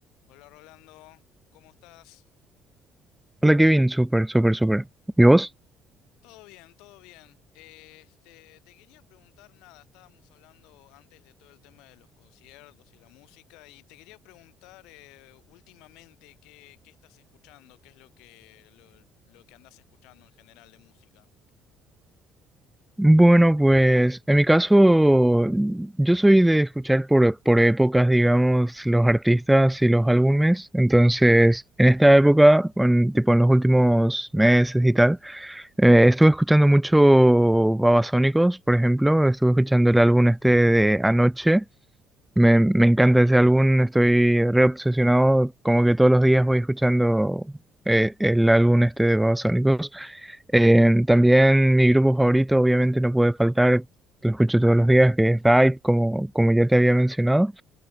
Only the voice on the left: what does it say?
Hola Rolando, ¿cómo estás?
Todo bien, todo bien. Eh, Este, te quería preguntar nada, estábamos hablando antes de todo el tema de los conciertos y la música, y te quería preguntar eh, últimamente qué, qué estás escuchando, qué es lo que, lo, lo que andas escuchando en general de música.